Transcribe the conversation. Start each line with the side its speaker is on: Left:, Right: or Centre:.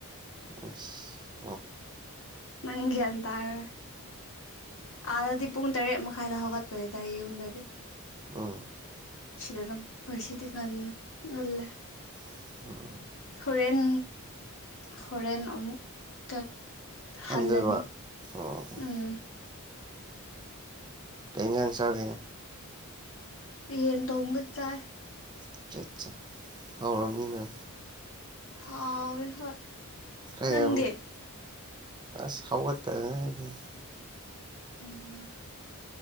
Right: ꯑꯩꯁ
Left: ꯅꯪ ꯒꯌꯥꯟ ꯇꯥꯔꯣꯢ ꯑꯥꯗꯗꯤ ꯄꯨꯡ ꯇꯔꯦꯠ ꯃꯈꯥꯏꯗ ꯍꯧꯒꯠꯄꯗ ꯌꯨꯝꯗꯗꯤ
Right: ꯎꯝ
Left: ꯁꯤꯗꯔꯝ ꯉꯁꯤꯗꯤ ꯉꯟ ꯉꯜꯂꯦ
Right: <inaudible>
Left: ꯍꯣꯔꯦꯟ ꯍꯣꯔꯦꯟ ꯑꯃꯨꯛ ꯇꯠ ꯍꯜꯂꯅꯤ
Right: ꯍꯟꯗꯣꯏꯕ ꯑꯣ
Left: ꯎꯝ
Right: ꯀꯩ ꯏꯟꯖꯥꯡ ꯆꯥꯒꯦ
Left: ꯌꯦꯟ ꯊꯣꯡꯕ ꯆꯥꯏ
Right: ꯐꯆꯥ ꯆꯥ ꯍꯥꯎꯔꯝꯅꯤꯅ
Left: ꯍꯥꯎꯋꯦ ꯍꯣꯏ
Right: ꯈꯔ
Left: ꯅꯪꯗꯤ
Right: ꯌꯥꯝ ꯑꯁ ꯍꯧꯒꯠꯇ ꯉꯥꯏꯔꯤ
Left: ꯎꯝ